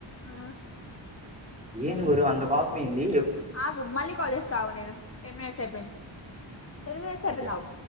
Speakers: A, on the left (about 30°); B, on the right (about 15°).
A: ఆ
B: ఏం గురు అంత కోపమేంది
A: ఆగు మళ్ళీ కాలే చేస్తా ఆగు నేను టెన్ మినిట్స్ అయిపోయింది ఎనిమి అని చెప్పిన్నావు
B: ఓకే